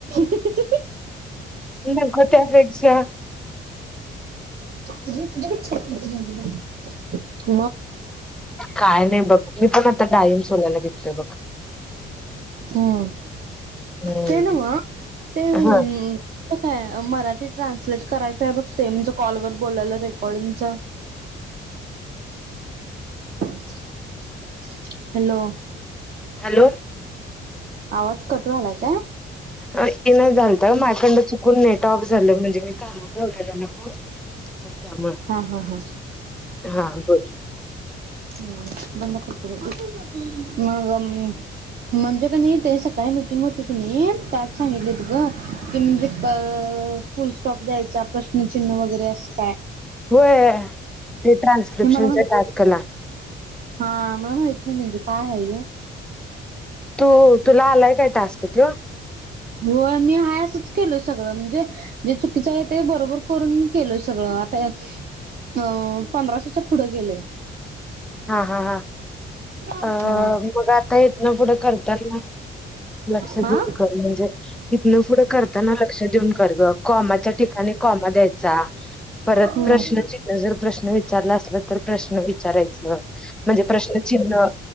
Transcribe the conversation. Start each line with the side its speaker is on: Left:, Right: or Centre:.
Right: <inaudible>
Centre: नको त्यापेक्षा.
Right: तुम्ही तुझ्याकडं. <inaudible>
Centre: काय नाही बघ, मी पण आता डाळिम सोलायला घेतलोय बघ.
Right: हम्
Centre: हम्म
Right: ते नव्हं ते ते
Centre: हा
Right: काय मराठी ट्रान्सलेट करायचंय बघ ते म्हणजे कॉलवर बोल्यालं रेकॉर्डिंगच. <inaudible> हॅलो.
Centre: हॅलो
Right: आवाज कट वालाय काय?
Centre: अ ईना झालत माझ्याकंड चुकून नेट ऑफ झालं म्हणजे मी कानाला लावलेलं तर त्यामुळे,
Right: हा हा हा
Centre: हा बोल.
Right: हम्म बंद करतो बगं, मगं म्हणजे कनी ते सकाळी मिटिंग होती की नी त्यात सांगितलेत गं की म्हणजे फुल स्टॉप द्यायचा प्रश्नचिन्ह वगैरे असं काय
Centre: होय ते ट्रान्स्क्रिप्शनच्या
Right: हे मला माहित
Centre: टास्कला.
Right: हा मला माहित नाही म्हणजे काय हाय यो?
Centre: तू तुला आलाय काय टास्क त्यो
Right: होय मी हाय असंच केलोय सगळं म्हणजे जे चुकीचं आहे ते बरोबर करून केलोय सगळं आता यात अं पंधराशेच्या पुढं गेलय.
Centre: हा हा हा
Right: हा
Centre: अ मग आता इथंन पुढं करताल ना. लक्ष देऊन
Right: हा
Centre: कर म्हणजे इथनं पुढं करताना लक्ष देऊन कर गं. काॅमाच्या ठिकाणी काॅमा द्यायचा, परत
Right: हम्म
Centre: प्रश्न चिन्ह जर प्रश्न विचारला असला तर प्रश्न विचारायचं म्हणजे प्रश्न चिन्ह